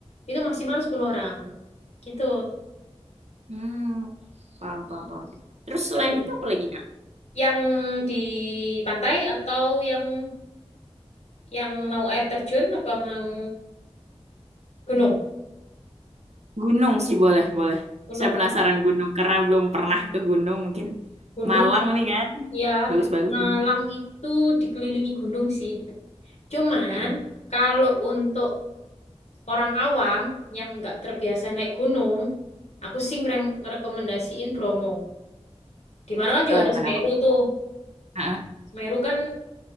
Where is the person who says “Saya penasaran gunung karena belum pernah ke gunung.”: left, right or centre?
Right